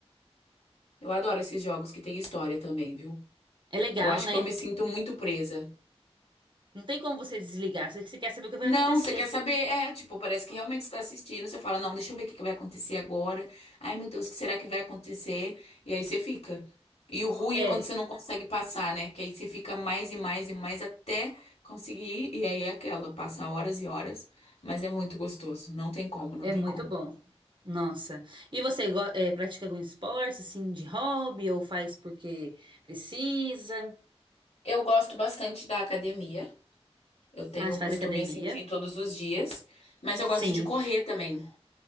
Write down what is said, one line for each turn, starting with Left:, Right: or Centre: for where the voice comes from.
Left: Eu adoro esses jogos que tem história também, viu?
Right: É legal,
Left: Eu acho
Right: né?
Left: que eu me sinto muito presa.
Right: Não tem como você desligar. Você você quer saber o que vai
Left: Não,
Right: acontecer.
Left: você quer saber? É, tipo, parece que realmente está assistindo. Você fala, não, deixa eu ver o que que vai acontecer agora. Ai, meu Deus, o que será que vai acontecer? E aí você fica. E o ruim
Right: É,
Left: é quando você não consegue passar, né? Que aí você fica mais e mais e mais até conseguir. E aí é aquela, passa horas e horas. Mas é muito gostoso. Não tem como, não
Right: é
Left: tem
Right: muito
Left: como.
Right: bom. Nossa. E você go- é, pratica algum esporte, assim, de hobby, ou faz porque precisa?
Left: Eu gosto bastante da academia. Eu tenho
Right: Ah, você
Left: o costume
Right: faz academia?
Left: assim de ir todos os dias. Mas eu
Right: Sim.
Left: gosto de correr também.